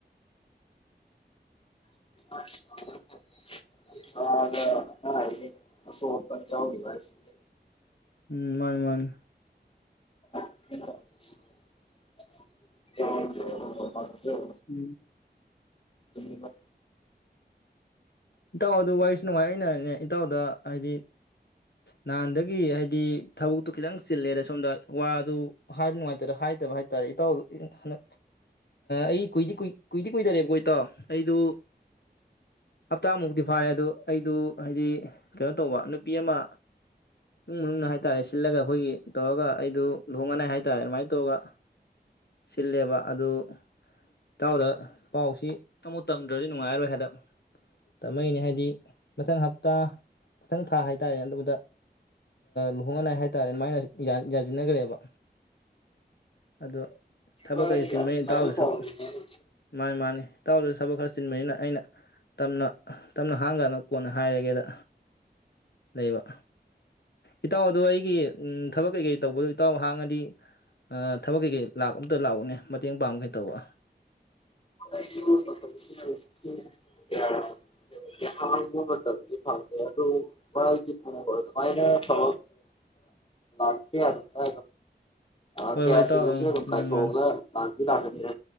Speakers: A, on the left; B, on the left.
A: <unintelligible>
B: ꯎꯝ ꯃꯥꯅꯤ ꯃꯥꯅꯤ
A: <unintelligible> <unintelligible>
B: ꯎꯝ
A: ꯁꯤꯕ
B: ꯏꯇꯥꯎ ꯑꯗꯨ ꯋꯥꯔꯤꯁꯨ ꯅꯨꯡꯉꯥꯏ ꯑꯩꯅꯅꯦ ꯏꯇꯥꯎꯗ ꯍꯥꯏꯗꯤ ꯅꯍꯥꯟꯗꯒꯤ ꯍꯥꯏꯗꯤ ꯊꯕꯛꯇꯨ ꯈꯤꯇꯪ ꯆꯤꯜꯂꯦꯗ ꯁꯣꯝꯗ ꯋꯥꯗꯨ ꯍꯥꯏꯕ ꯅꯨꯡꯉꯥꯏꯇꯔꯦ ꯍꯥꯏꯗꯕ ꯍꯥꯏꯇꯥꯥꯔꯦ ꯏꯇꯥꯎꯗꯨ ꯍꯟꯗ ꯑꯩ ꯀꯨꯏꯗꯤ ꯀꯨꯏꯗꯤ ꯀꯨꯏꯗꯔꯦꯕꯀꯣ ꯏꯇꯥꯎ ꯑꯩꯗꯨ ꯍꯞꯇꯥꯃꯨꯛꯇꯤ ꯐꯥꯔꯦ ꯑꯗꯨ ꯑꯩꯗꯨ ꯍꯥꯏꯗꯤ ꯀꯩꯅꯣ ꯇꯧꯕ ꯅꯨꯄꯤ ꯑꯃ ꯏꯃꯨꯡ ꯃꯅꯨꯡꯅ ꯍꯥꯏꯇꯥꯔꯦ ꯁꯤꯜꯂꯒ ꯑꯩꯈꯣꯏꯒꯤ ꯇꯧꯔꯒ ꯑꯩꯗꯨ ꯂꯨꯍꯣꯡꯉꯅꯤꯥꯏ ꯍꯥꯏꯇꯥꯔꯦ ꯑꯗꯨꯃꯥꯏꯅ ꯇꯧꯔꯒ ꯁꯤꯜꯂꯦꯕ ꯑꯗꯨ ꯏꯇꯥꯎꯗ ꯄꯥꯎꯁꯤ ꯇꯝꯃꯨꯛ ꯇꯝꯗ꯭ꯔꯗꯤ ꯅꯨꯡꯉꯥꯏꯔꯔꯣꯏ ꯍꯥꯏꯗꯅ꯫ ꯇꯥꯃꯩꯅꯦ ꯍꯥꯏꯗꯤ ꯃꯊꯪ ꯍꯞꯇꯥ ꯃꯊꯪ ꯊꯥ ꯍꯥꯏꯇꯥꯔꯦꯅꯦ ꯑꯗꯨꯝꯕꯗ ꯂꯨꯍꯣꯡꯅꯉꯥꯏ ꯍꯥꯏꯇꯥꯔꯦꯅꯦ ꯃꯥꯏꯅ ꯌꯥꯁꯤꯟꯅꯈ꯭ꯔꯦꯕ ꯑꯗꯣ ꯊꯕꯛ
A: ꯂꯥꯏꯕꯛ
B: ꯀꯩ ꯆꯤꯟꯕꯅꯤ
A: ꯐꯕꯅꯦ
B: ꯇꯥꯎꯗꯁꯨ ꯃꯥꯅꯤ ꯃꯥꯅꯤ ꯇꯥꯎꯗꯁꯨ ꯊꯕꯛ ꯈꯔ ꯆꯤꯟꯕꯅꯤꯅ ꯑꯩꯅ ꯇꯝꯅ ꯇꯞꯅ ꯍꯥꯡꯒꯅꯨ ꯀꯣꯟꯅ ꯍꯥꯏꯔꯒꯦꯅ ꯂꯩꯕ ꯏꯇꯥꯎ ꯑꯗꯣ ꯑꯩꯒꯤ ꯊꯕꯛ ꯀꯩꯀꯩ ꯇꯧꯕꯗꯣ ꯏꯇꯥꯎ ꯍꯥꯡꯉꯗꯤ ꯊꯕꯛ ꯀꯩꯀꯩ ꯂꯥꯛ ꯑꯝꯇ ꯂꯥꯛꯎꯅꯦ ꯃꯇꯦꯡ ꯄꯥꯡꯕ ꯀꯩ ꯇꯧꯕ
A: <unintelligible> ꯍꯥꯡꯕ ꯃꯇꯝꯗꯤ ꯐꯥꯑꯦ ꯑꯗꯨ ꯑꯗꯨꯃꯥꯏꯅ ꯐ <inaudible> ꯑ
B: ꯍꯣꯏ
A: ꯀꯌꯥ
B: ꯍꯣꯏ ꯏꯇꯥꯎ
A: ꯁꯤꯁꯦ
B: ꯑꯪ ꯃꯥꯅꯤ
A: ꯀꯥꯏꯊ‌ꯣꯛꯑꯒ
B: ꯃꯥꯅꯤ
A: ꯍꯧꯖꯤꯛ ꯂꯥꯛꯀꯅꯤ